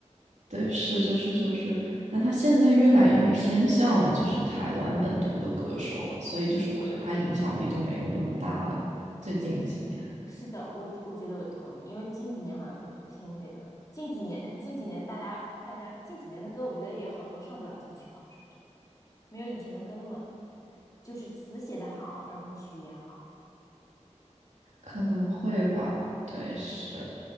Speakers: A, on the right; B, on the left.
A: 对，是就是就是，但他现在越来越偏向就是台湾本土的歌手了，所以就是我觉得他影响力就没有那么大了。
B: 嗯，
A: 最近几年
B: 是的，我我觉得我同意，因为近几年好像都不听这个了近几年 <laughs> 近几年大家大家近几年的歌，我觉得也好多上不了金曲榜，是真的。没有以前的歌那么，就是词写的好，然后曲也好。
A: 可能会吧，对，是，